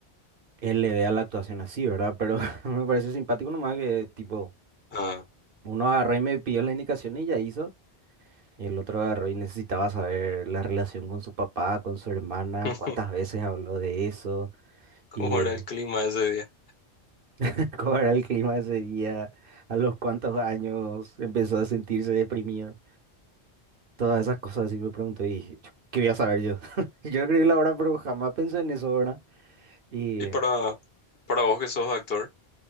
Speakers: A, on the right; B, on the left.
A: él le vea la actuación así, ¿verdad? Pero <laughs> me pareció simpático nomás que, tipo,
B: Ah,
A: uno agarró y me pidió la indicación y ya hizo. Y el otro agarró y necesitaba saber la relación con su papá, con su hermana,
B: <laughs>
A: cuántas veces habló de eso
B: ¿cómo
A: y
B: era el clima ese día?
A: <laughs> cómo era el clima ese día, a los cuántos años empezó a sentirse deprimido. Todas esas cosas así me pregunté y dije, "Chu, ¿qué voy a saber yo? <laughs> Yo escribí la obra, pero jamás pensé en eso, ¿verdad? Y
B: Y para, para vos que sos actor,